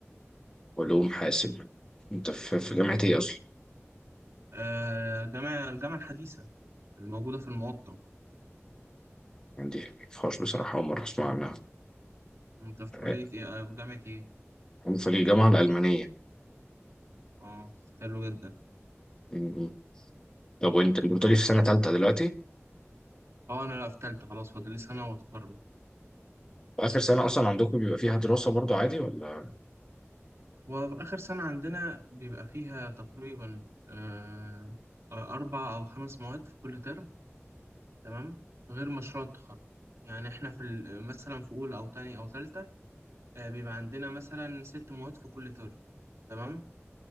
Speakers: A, on the left; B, on the right.
A: علوم حاسب انت في في
B: مم.
A: جامعة ايه اصلا؟
B: أه جامعة الجامعة الحديثة الموجودة في المقطم
A: عندي فاش بصراحة أول مرة أسمع عنها
B: أنت في
A: آه،
B: كلية إيه أه في جامعة إيه
A: أنا في الجامعة الألمانية
B: أه حلو جدا
A: م- م. طب وأنت اللي بتقولي في سنة تالتة دلوقتي؟
B: أه أنا لا في تالتة خلاص فاضل لي سنة وأتخرج
A: آخر سنة أصلا عندكم بيبقى فيها دراسة برضو عادي ولا؟
B: وفي آخر سنة عندنا بيبقى فيها تقريبا أه آه، أربع أو خمس مواد في كل ترم تمام غير مشروع التخرج يعني احنا في ال- مثلا في اولى او تانية او تالتة آه، بيبقى عندنا مثلا ست مواد في كل ترم تمام